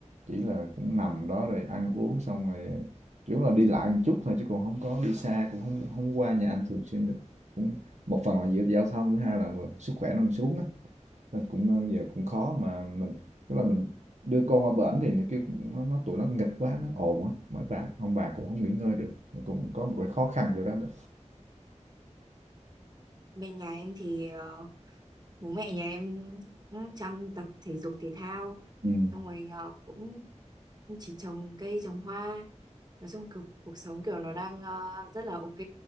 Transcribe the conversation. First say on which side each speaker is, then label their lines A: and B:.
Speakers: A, on the right (about 70°); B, on the right (about 35°).
A: chỉ là cũng nằm đó rồi ăn uống xong rồi kiểu là đi lại một chút thôi chứ còn không có đi xa cũng không không qua nhà anh thường xuyên được cũng một phần là giữa giao thông thứ hai là vừa sức khỏe nó còn xuống á nên cũng ờ, giờ cũng khó mà mình tức là mình đưa con qua bển thì nó kêu nó, nó tụi nó nghịch quá nó ồn á mấy bà ông bà cũng không nghỉ ngơi được nó cũng có một cái khó khăn vô đó đó
B: Bên nhà em thì ờ, bố mẹ nhà em cũng chăm tập thể dục thể thao,
A: ừ.
B: xong rồi ờ, cũng chỉ trồng cây, trồng hoa. Nói chung cuộc, cuộc sống kiểu nó đang ờ, rất là ok.